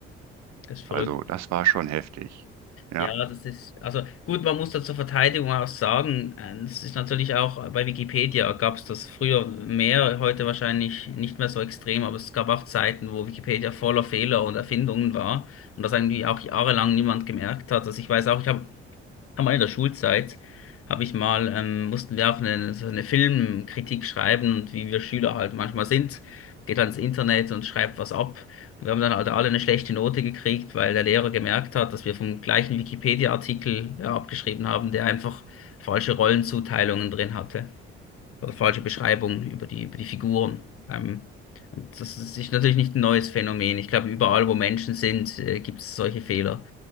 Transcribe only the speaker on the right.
Also das war schon heftig. Ja,